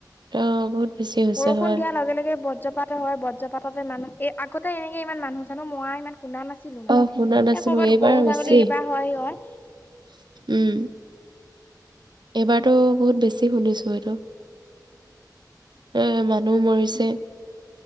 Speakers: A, on the right; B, on the left.
A: অ বহুত বেছি হৈছে
B: বৰষুণ
A: হয়
B: দিয়াৰ লগে, লগে বজ্ৰপাত হয়, বজ জপাততে মানুহ এই, আগতে এনেকে ইমান মানুহ চানুহ মৰা ইমান শুনা নাছিলো মানে।
A: অ
B: এই
A: শুনা নাছিলো
B: কৰ'বাত
A: এইবাৰ
B: গৰু,
A: বেছি
B: ছাগলী কিবা হয়, হয়।
A: উম, এইবাৰতো বহুত বেছি শুনিছোঁ এইটো। এ, মানুহ মৰিছে।